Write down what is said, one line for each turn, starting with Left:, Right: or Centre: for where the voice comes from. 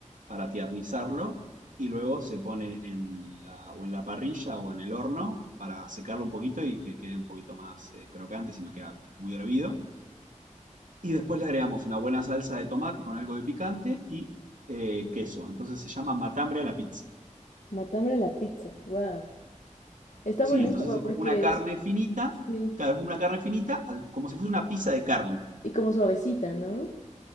Right: para tiernizarlo y luego se pone en la, o en la parrilla o en el horno para secarlo un poquito y que quede un poquito más eh, crocante, si no queda muy hervido. Y después le agregamos una buena salsa de tomate con algo de picante y eh, queso. Entonces se llama matambre a la pizza.
Left: Matambre la pizza. Wow. Está
Right: Sí,
Left: buenísima
Right: entonces es
Left: porque
Right: como una carne
Left: es,
Right: finita,
Left: sí.
Right: claro, es como una carne finita, al- como si fuese una pizza de carne.
Left: Y como suavecita, ¿no?